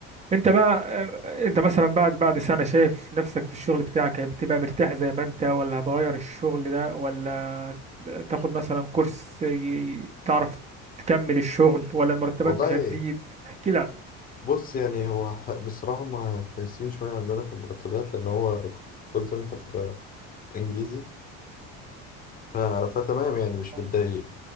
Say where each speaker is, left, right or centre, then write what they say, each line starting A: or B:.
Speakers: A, on the right; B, on the left.
A: انت بقى آه، انت مثلا بعد بعد سنة شايف نفسك في الشغل بتاعك يعني بتبقى مرتاح زي ما انت ولا هتغير الشغل ده ولا تاخد مثلا كورس ي- تعرف تكمل الشغل ولا المرتبات
B: والله
A: مش هتزيد احكي لي عن-
B: بص يعني هو ح- بصراحة ما كويسين شوية عندنا في المرتبات لأن هو كول سنتر إنجليزي ف... فتمام يعني مش
A: آه.
B: متضايق